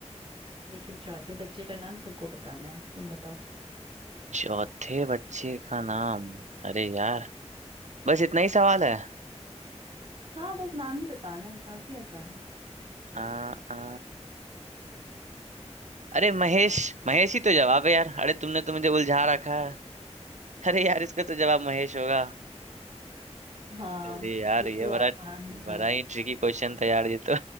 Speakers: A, on the right; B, on the right.
A: लेकिन चौथे बच्चे का नाम तुमको बताना है तुम बताओ
B: चौथे बच्चे का नाम अरे यार बस इतना ही सवाल है
A: हाँ बस नाम ही बताना है काफी आसान है
B: आ, आ, अरे महेश महेश ही तो जवाब है यार अरे तुमने तो मुझे उलझा रखा है अरे यार इसका तो जवाब महेश होगा
A: हाँ
B: अरे यार
A: ये
B: ये
A: तो
B: बड़ा
A: आसान था
B: बड़ा ही ट्रिकी क्वेश्चन था यार ये तो